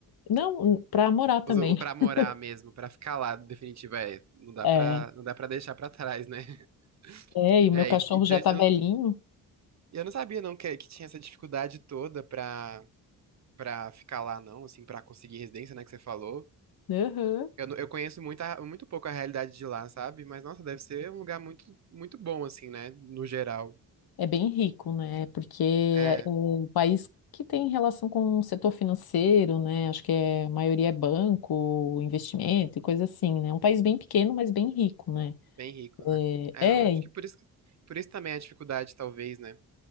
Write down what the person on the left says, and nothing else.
Não, para morar também.
<laughs>
É.
É, e o
meu cachorro
já tá
velhinho.
Aham.
É bem rico, né? Porque é
é um país que tem relação com o setor financeiro, né? Acho que é, a maioria é banco, investimento e coisa assim, né? É um país bem pequeno, mas bem rico, né?
É,
é,